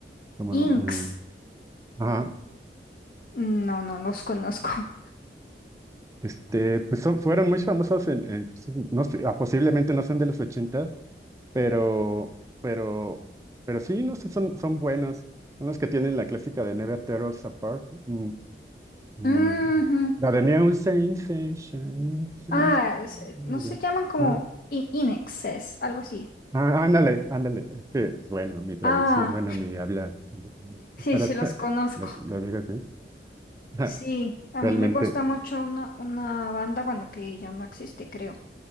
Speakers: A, on the right; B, on the left.
A: como,
B: Inks.
A: mm, ah,
B: No, no los conozco. <laughs>
A: este, pues son- fueron muy famosos en, en- sí, no sé, ah, posiblemente no son de los ochentas, pero, pero, pero sí, no sé, son, son buenos. Son los que tienen la clásica de Never Tear Us Apart. Mm, Mm.
B: Ujú.
A: La de New Sensation. Sensation,
B: Ah, es- eh, no se
A: ya.
B: llaman como
A: Ajá.
B: in Inexes, algo así.
A: Ah, ándale, ándale. Es que, bueno, mi traducción,
B: Ah,
A: bueno, mi habla. es
B: sí,
A: Para,
B: sí
A: <laughs>
B: los conozco.
A: lo, lo digo así. Ajá.
B: Sí, a
A: Realmente,
B: mí me gusta mucho una, una banda, bueno, que ya no existe, creo,